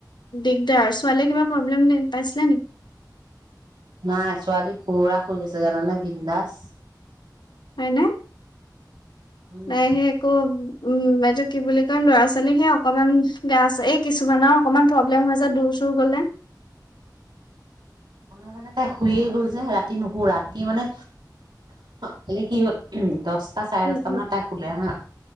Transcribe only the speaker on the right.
নাই ছোৱালী পুৰৰা শুই গৈছে জানানে বিনন্দাস
উম
অ মানে তাই শুইয়ে গ'ল যে ৰাতি নুশো ৰাতি মানে খালি কি হ'ল উ দহটা চাৰে
দশটা
মানত তাই শুলে হা